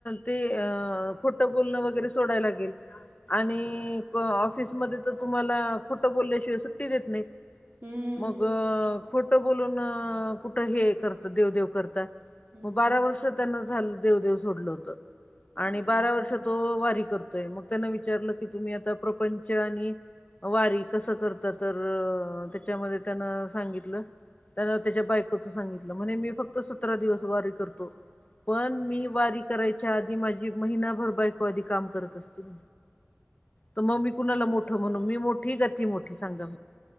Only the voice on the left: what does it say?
ते अ खोटं बोलणं वगैरे सोडाय लागेल. आणि ऑफिसमध्ये तर तुम्हाला खोटं बोलल्याशिवाय सुट्टी देत नाहीत.
मग खोटं बोलून कुठ हे करता देव देव करता.
मग बारा वर्ष त्यांना झा देवदेव सोडलं होत आणि
बारा वर्ष तो वारी करतो. तय मग त्यांना विचारलं की तुम्ही आता प्रपंच आणि वारी कसं करत तर त्याच्यामध्ये त्यानं सांगितलं त्याना त्याच्या बायकोच सांगितलं म्हणे मी फक्त सतरा दिवस वारी करतो. पण मी वारी करायच्या आधी माझी महिनाभर बायको आधी काम करत असते. तर मग मी कुणाला मोठं म्हणू मी मोठी काय ती मोठी सांगा.